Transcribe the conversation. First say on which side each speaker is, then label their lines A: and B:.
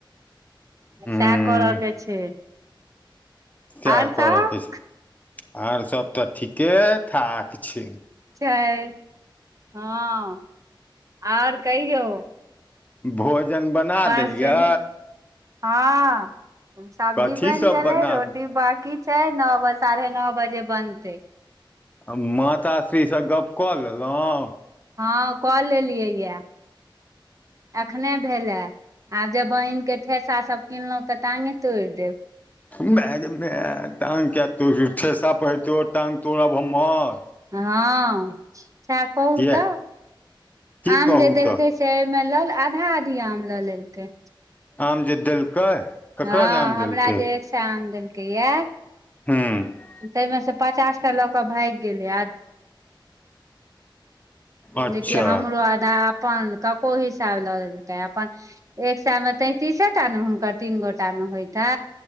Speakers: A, on the left; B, on the right.
A: हूँ
B: सएह करयके छै।
A: सएह
B: आर
A: करयके
B: सब
A: छै, आर सभ तऽ ठीके ठाक छै।
B: छै हँ और कहियौ?
A: भोजन बना
B: बस
A: देलियै?
B: हँ सब्जी
A: कथी
B: बनि
A: सब
B: गेलै
A: बना
B: रोटी बाकी। छै नौ बजे साढ़े नौ बजे बनतै।
A: आ माताश्रीसँ गप कऽ लेलहुँ?
B: हँ, कऽ लेलियै यऽ, एखनहि भेलै। आब जेब बहिनके ठेसा सभ किनलहुँ तऽ ताङ्गे तोड़ि देब।
A: मे गे, टाँग कऽ तऽ ठेसा पहिरतौ, हमरा तऽ बहुत गुस्सा हेतै।
B: हँ सए कहू
A: किया
B: तऽ,
A: की
B: आम
A: कहू
B: जे देलकै।
A: तऽ
B: से ओमे लऽ आधा आधी आम लऽ लेलकै।
A: आम जे देलकै? ककरा
B: हँ
A: जे आम देलकै
B: हमरा जे एक सए आम देलकै य।
A: हूँ
B: ताहिमे सँ पचासटा लऽ कऽ आधा भाग गेलै।
A: अच्छा
B: जेकि हमरहुँ आधा अपन कऽ हिसाबसँ लऽ लेलकै अपन। एक सऽमे तऽ तैतीसैटा ने, हुनकर तीन गोटामे होइते।